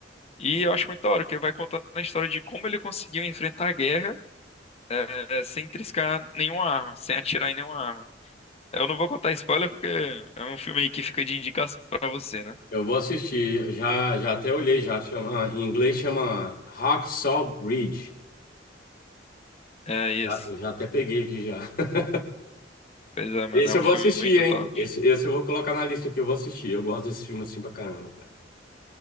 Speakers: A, on the left; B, on the left.
A: E eu acho muito da hora, que ele vai contando a história de como ele conseguiu enfrentar a guerra eh, eh, sem triscar nenhuma arma, sem atirar em nenhuma arma. Eu não vou contar spoiler porque é um filme aí que fica de indicação pra você, né?
B: Eu vou assistir. Já, já até olhei, já chama, em inglês chama Hacksaw Ridge.
A: É isso.
B: Já, eu já até peguei aqui já. <laughs>
A: Pois é, mano,
B: Esse
A: é um
B: eu vou
A: filme
B: assistir,
A: muito
B: hein?
A: top.
B: Esse, esse eu vou colocar na lista que eu vou assistir. Eu gosto desse filme assim pra caramba, cara.